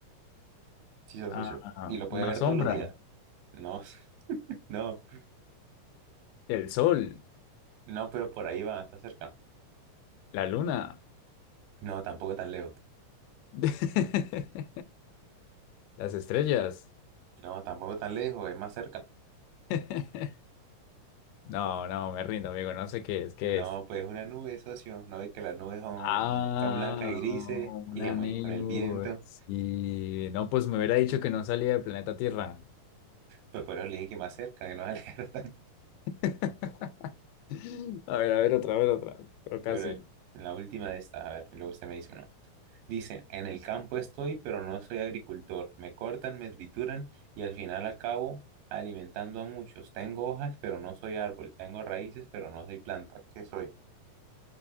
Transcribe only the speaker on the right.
Sí, se asoció.
Y lo puede
ver
todos los días. No, <laughs> no,
no, pero por ahí va, está cerca.
No, tampoco tan lejos.
No, tampoco tan lejos, es más cerca.
No,
pues una nube, socio. No ve que las nubes son,
son blancas y grises
y se mueven
con el viento.
Pues por eso le dije que más cerca, que no <laughs> se alejara tanto.
Pero eh, en la última de estas, a ver, y luego usted me dice una. Dice, en el campo estoy, pero no soy agricultor. Me cortan, me trituran y al final acabo alimentando a muchos. Tengo hojas, pero no soy árbol. Tengo raíces, pero no soy planta. ¿Qué soy?